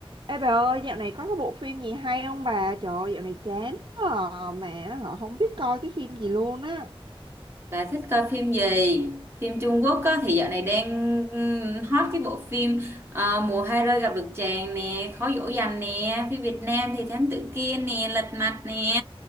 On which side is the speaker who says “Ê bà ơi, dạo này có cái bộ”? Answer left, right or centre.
Right